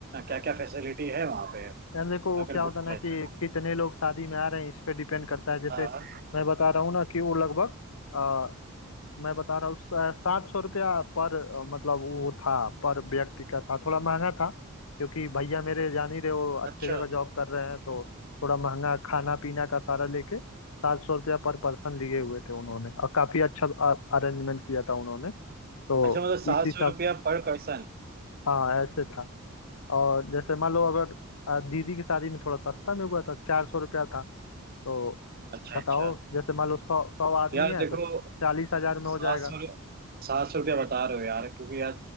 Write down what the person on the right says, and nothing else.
क्या क्या फैसिलिटी है वहाँ पे
अगर
बुक
किया
जाए
हाँ हाँ।
अच्छा
अच्छा मतलब सात
सौ रुपया पर पर्सन
अच्छा
अच्छा
यार
देखो
सात
सौ सात सौ रुपया बता रहे हो यार क्योंकि यार